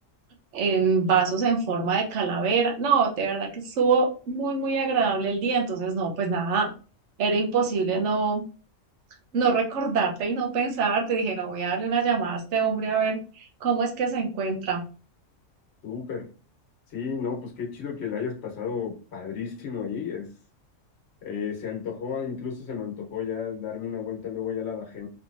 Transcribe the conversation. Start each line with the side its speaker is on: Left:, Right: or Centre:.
Right: en vasos en forma de calavera. No, de verdad que estuvo muy, muy agradable el día. Entonces, no, pues nada, era imposible no, no recordarte y no pensarte. Dije, no, voy a darle una llamada a este hombre a ver cómo es que se encuentra.
Left: súper. Sí, no, pues qué chido que la hayas pasado padrísimo ahí. Es, eh, se antojó, incluso se me antojó ya darme una vuelta, luego ya la bajé